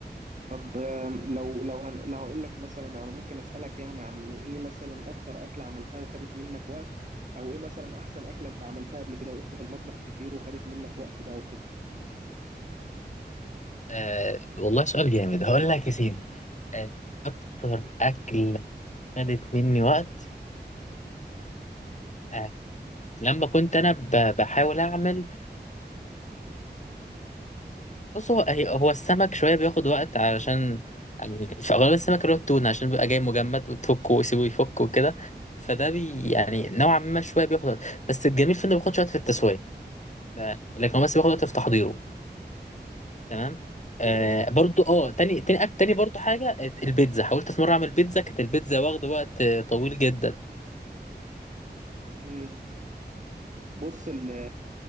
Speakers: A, on the right; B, on the left.
A: طب آم، لو لو هن... لو هقول لك مثلا أنا ممكن أسألك يعني عن إيه مثلا أكتر أكلة عملتها وخدت منك وقت أو إيه مثلا أحسن أكلة أنت عملتها قبل كده وقفت في المطبخ كتير وخدت منك وقت بقى وكده
B: آه والله سؤال جامد هقول لك يا سيدي آه أكتر أكلة خدت مني وقت آه لما كنت أنا ب- بحاول أعمل بص هو هي- هو السمك شوية بياخد وقت علشان يعني في أغلب السمك اللي هو التونة عشان بيبقى جاي مجمد وتفكه ويسيبه يفك وكده فده بي يعني نوعا ما شوية بياخد وقت بس الجميل في إنه بياخدش وقت في التسوية ف... لكن هو بس بياخد وقت في تحضيره تمام آه
A: زي
B: برضو اه
A: كده
B: تاني تاني أك- تاني برضو حاجة البيتزا حاولت في مرة أعمل بيتزا كانت البيتزا واخدة وقت آه، طويل جدا
A: مم. بص ال